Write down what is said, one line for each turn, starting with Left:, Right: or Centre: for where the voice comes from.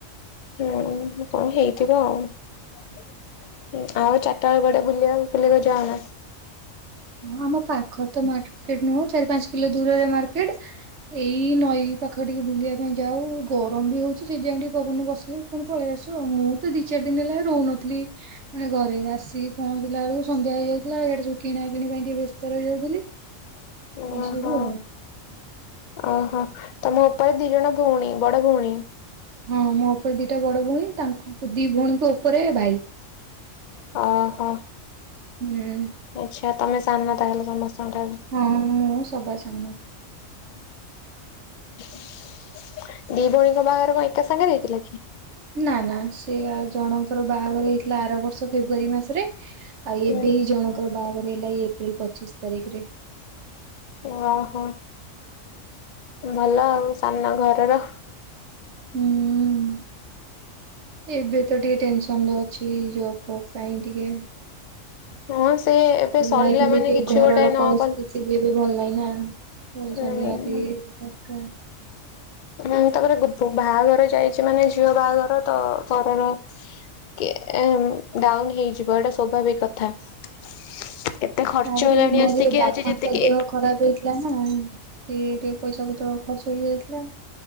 Left: ହୁଁ କଣ୍ ହେଇଥିବ ଆଉ ହୁଁ ଆଉ ଚାରିଟା ବେଳ କୁଆଡେ ବୁଲିଆକୁ ଫୁଲିବାକୁ ଯାଅନା
Right: ହଁ ଆମ ପାଖ ତ ମାର୍କେଟ ନୁହଁ ଚାରି ପାଞ୍ଚ କିଲ ଦୂରରେ ମାର୍କେଟ ଏଇ ନଈ ପାଖ ଟିକ ବୁଲିବା ପାଇଁ ଯାଉ ଗରମ ବି ହଉଛି ସେଇଟି ପାଇଁ ଟିକେ ପବନରେ ବସିଲୁ ଫୁଣି ପଳେଇ ଆସୁଚୁ ଆଉ ମୁଁ ବି ଦି ଚାରି ଦିନ ହେଲା ରହୁନଥିଲି। ମାନେ ଘରେ ଆସିକି ପହଞ୍ଚିଲା ବେଳକୁ ସନ୍ଧ୍ୟା ହେଇଯାଉ ଥିଲା ଇଆଡେ ସବୁ କିଣା କିଣି ପାଇଁ ଟିକେ ବ୍ୟସ୍ତ ରହି ଯାଉଥିଲି ଏଇ
Left: ଓହୋ।
Right: ସବୁ ଆଉ।
Left: ଓହୋ। ତମ ଉପରେ ଦି ଜଣ ଭଉଣୀ ବଡ ଭଉଣୀ।
Right: ହଁ ମୋ ଉପରେ ଦିଟା ବଡ ଭଉଣୀ ତାଙ୍କ ଦି ଭଉଣୀଙ୍କ ଉପରେ ଭାଇ।
Left: ଓହୋ।
Right: ହୁଁ।
Left: ଆଚ୍ଛା ତମେ ସାନ ନା ତାହେଲେ ସମସ୍ତଙ୍କଠାରୁ।
Right: ହଁ ମୁଁ ସବା ସାନ।
Left: <inaudible> ଦି ଭଉଣୀଙ୍କ ବାହାଘର କଂ ଏକା ସାଙ୍ଗରେ ହେଇଥିଲା କି?
Right: ନା ନା ସେ ଆ ଜଣଙ୍କର ବାହାଘର ହେଇଥିଲା ଆର ବର୍ଷ ଫେବୃୁଆରୀ ମାସରେ ଆଉ
Left: ହୁଁ
Right: ଏବେ ହିଁ ଜଣଙ୍କର ବାହାଘର ହେଲା ଏଇ ଏପ୍ରିଲ ପଚିଶି ତାରିଖରେ।
Left: ହଁ ହଁ। ଭଲ ଆଉ ସାନ ଘରର।
Right: ହୁଁଉଁ। ଏବେ ତ ଟିକିଏ ଟେନସନ ରହୁଛି ଏ ଜଵ୍ ଫବ୍ ପାଇଁ ଟିକିଏ।
Left: ହଁ ସେ ଏବେ ସରିଲା
Right: ହେଇଗଲେ
Left: ମାନେ
Right: ଟିକେ
Left: କିଛି
Right: ଘରର
Left: ଗୋଟାଏ ନ
Right: ପରିସ୍ଥିତି
Left: କଲେ
Right: ବି ଭଲ ଲାଗେନା ପଇସା
Left: ହୁଁ।
Right: ନିହାତି ଦରକାର।
Left: ହୁଁ ତାପରେ ଗୁ ଫୁ ବାହାଘର ଯାଇଛି ମାନେ ଝିଅ ବାହାଘର ତ ଘରର କେ ଏ ଡାଉନ ହେଇଯିବ ଏଇଟା ସ୍ୱାଭାବିକ କଥା। ଏତେ ଖର୍ଚ୍ଚ
Right: ତାପରେ
Left: ହେଲାଣି
Right: ଏଇ ମଝିରେ
Left: ଆସିକି
Right: ବାପାଙ୍କ
Left: ଆଜି ଯେତିକି
Right: ଦେହ ଖରାପ ହେଇଥିଲା ନା ସେଏ ଟିକେ ପଇସା ପତ୍ର ଖର୍ଚ୍ଚ ହେଇଯାଇଥିଲା।